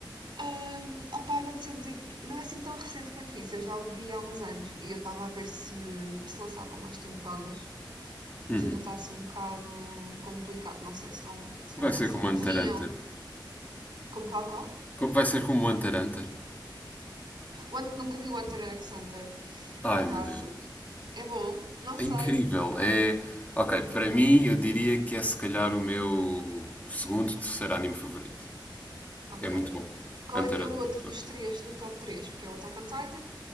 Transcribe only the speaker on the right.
Um, opa, não te sei dizer não é assim tão recente quanto isso. Eu já o vi há uns anos e eu estava a ver se, se lançavam mais temporadas, mas
aquilo está assim um bocado complicado. Não sei se vão, se vão
lançar.
Deviam.
Como qual qual?
O Ant- Nunca vi o Hunter x Hunter,
por acaso.
É bom? Não sei.
Ok.
Qual
é que é
o
outro
dos
três, do top 3? Porque é o Attack on Titan,